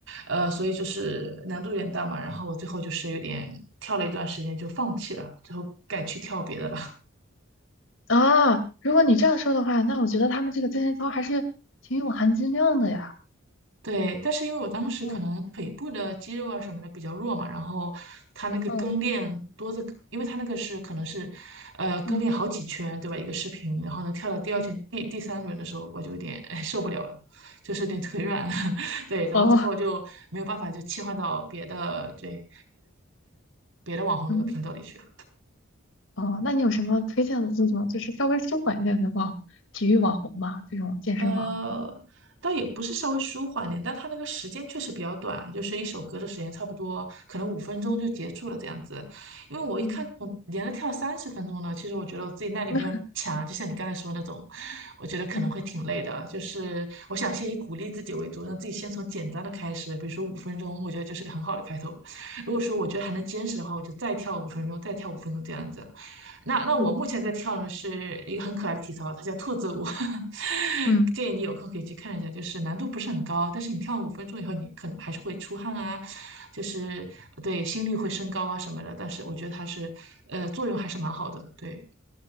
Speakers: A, on the right; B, on the left.
A: 呃，所以就是难度有点大嘛。然后我最后就是有点跳了一段时间就放弃了，最后改去跳别的了。
B: 啊，如果你这样说的话，那我觉得他们这个健身操还是挺有含金量的呀。
A: 对，但是因为我当时可能腿部的肌肉啊什么的比较弱嘛，
B: 嗯
A: 然后它那个跟练多的，
B: 嗯
A: 因为它那个是可能是，呃，跟练好几圈，
B: 嗯
A: 对吧？一个视频，然后呢跳到第二圈、
B: 嗯
A: 第第三轮的时候，我就有点哎受不了了，就是有点腿软，<laughs> 对，然后最后就没有办法就切换到别的对
B: <laughs> 哦
A: 别的网红那个频道里去了。
B: 嗯，哦，那你有什么推荐的这种就是稍微舒缓一点的网体育网红吗？这种健身网红？
A: 呃，倒也不是稍微舒缓点，但它那个时间确实比较短，就是一首歌的时间差不多，可能五分钟就结束了这样子。
B: 嗯
A: 因为我一看，
B: 嗯
A: 我连着跳三十分钟呢，其实我觉得我自己耐力没有那么强，
B: 嗯 <laughs>
A: 就像你刚才说的那种，我觉得可能会挺累的。
B: 嗯
A: 就是我想先以鼓励自己为主，让自己先从简单的开始，比如说五分钟，我觉得就是个很好的开头。如果说我觉得还能坚持的话，我就再跳五分钟，再跳五分钟这样子。那那我目前在跳的是一个很可爱的体操，
B: 嗯
A: 它叫兔子舞，<laughs>
B: 嗯
A: 建议你有空可以去看一下，就是难度不是很高，但是你跳五分钟以后，你可能还是会出汗啊，就是对心率会升高啊什么的，但是我觉得它是呃作用还是蛮好的，对，